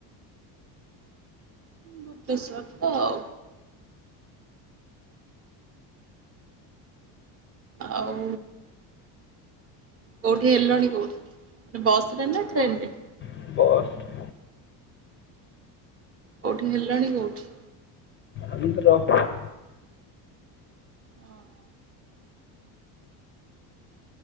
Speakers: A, on the right (about 35°); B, on the left (about 30°).
A: ଭୂବନେଶ୍ବର ତ ଆଉ। ଆଉ କୋଉଠି ହେଲଣି କୋଉଠି ବସ୍ ରେ ନା ଟ୍ରେନ୍ ରେ?
B: ବସ୍।
A: କୋଉଠି ହେଲଣି କୋଉଠି?
B: ଭୂବନେଶ୍ବର ର।
A: ଅଁ, ହଁ।